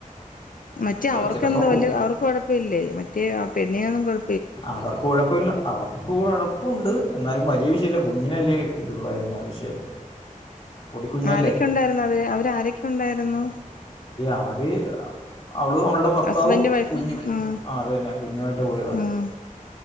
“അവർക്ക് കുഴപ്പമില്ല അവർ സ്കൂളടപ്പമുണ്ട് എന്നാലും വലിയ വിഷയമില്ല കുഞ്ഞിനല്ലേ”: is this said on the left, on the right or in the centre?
Left